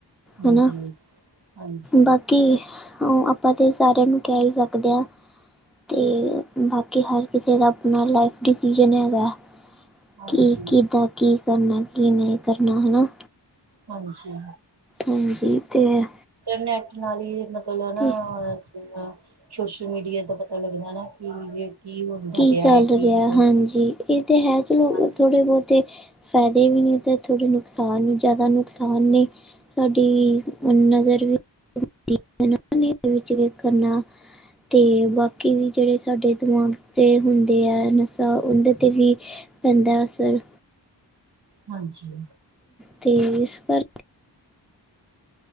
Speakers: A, on the right; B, in the centre.
A: ਹਾਂਜੀ
B: ਹਣਾ।
A: ਹਾਂਜੀ
B: ਬਾਕੀ ਆਪਾਂ ਤੇ ਸਾਰਿਆਂ ਨੂੰ ਕਹਿ ਹੀ ਸਕਦੇ ਹਾਂ ਤੇ ਬਾਕੀ ਹਰ ਕਿਸੇ ਦਾ ਆਪਣਾ ਲਾਈਫ ਡਿਸੀਜ਼ਨ ਹੈ ਗੈ
A: ਹਾਂਜੀ
B: ਕੀ, ਕਿਦਾ, ਕੀ ਕਰਨਾ, ਕੀ ਨਈ ਕਰਨਾ ਹਨਾ।
A: ਹਾਂਜੀ।
B: ਹਾਂਜੀ ਤੇ।
A: ਨੈੱਟ ਨਾਲ ਹੀ ਮਤਲਬ ਨਾ
B: ਤੇ
A: ਸੋਸ਼ਲ ਮੀਡੀਆ ਦਾ ਪਤਾ ਲੱਗਦੈ ਨਾ। <unintelligible>
B: ਕੀ
A: ਪਿਆ
B: ਚੱਲ
A: ਹੈ
B: ਰਿਹੈ,
A: ਕੀ ਨਹੀਂ
B: ਹਾਂਜੀ, ਇਹ ਤੇ ਹੈ, ਚਲੋ
A: ਹਾਂ
B: ਥੋੜੇ ਬਹੁਤੇ ਫਾਇਦੇ ਵੀ ਨੀ, ਤੇ ਥੋੜੇ ਨੁਕਸਾਨ ਈ ਜਾਦਾ ਨੁਕਸਾਨ ਨੇ। ਸਾਡੀ ਨਜ਼ਰ ਵੀ। ਟੀ ਵੀ ਨਾਲ। <unintelligible> <inaudible> ਨਹੀਂ ਇਹਦੇ ਵਿੱਚ ਵੇਖਨਾ ਤੇ ਬਾਕੀ ਵੀ ਜਿਹੜੇ ਸਾਡੇ ਦਿਮਾਗ। ਤੇ ਹੁੰਦੇ ਹੈ ਨਸ਼ਾ, ਉਹਦੇ 'ਤੇ ਵੀ ਪੈਂਦਾ ਅਸਰ
A: ਹਾਂਜੀ
B: ਤੇ ਇਸ ਪਰ